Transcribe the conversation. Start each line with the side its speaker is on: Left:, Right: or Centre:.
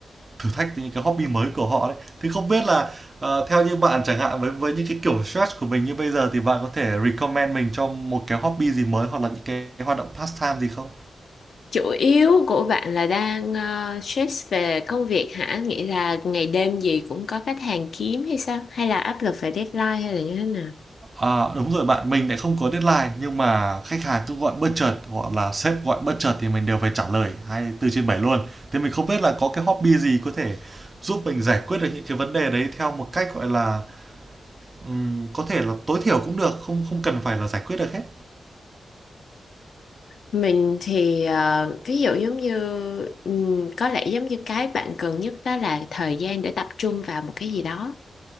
Right: thử thách những cái hobby mới của họ đấy thì không biết là ờ, theo như bạn chẳng hạn với với những cái kiểu stress của mình như bây giờ thì bạn có thể recommend mình cho một cái hobby gì mới hoặc là những cái hoạt động pastime gì không
Left: Chủ yếu của bạn là đang ờ, stress về công việc hả? Nghĩa là ngày đêm gì cũng có khách hàng kiếm hay sao? Hay là áp lực về deadline hay là như thế nào?
Right: À, đúng rồi bạn, mình lại không có deadline nhưng mà khách hàng cứ gọi bất chợt hoặc là sếp gọi bất chợt thì mình đều phải trả lời 24 trên bảy luôn. Thế mình không biết là có cái hobby gì có thể giúp mình giải quyết được những cái vấn đề đấy theo một cách, gọi là, ừm, có thể là tối thiểu cũng được, không không cần phải là giải quyết được hết.
Left: Mình thì ờ, ví dụ giống như ừm, có lẽ giống như cái bạn cần nhất đó là thời gian để tập trung vào một cái gì đó.